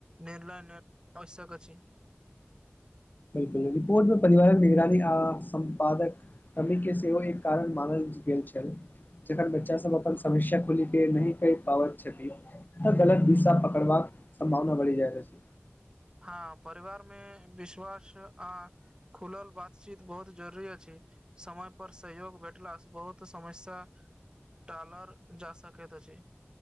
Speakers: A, on the right; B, on the left.
A: निर्लय आवश्यक अछि
B: बिल्कुल रिपोर्ट परिवारिक निगरानी आ सम्पादक कमी के सेहो एक कारण मानल गेल छल जखन बच्चा सब अपन समस्या खोल के नहि कहि पाबैत छथि गलत दिशा पकड़बाक संभावना बढ़ी जाइत अछि
A: हँ परिवारमे विश्वास आ खुलल बातचीत बहुत जरुरी अछि समय पर सहयोग भेटलास बहुत समस्या टालर जा शकैत अछि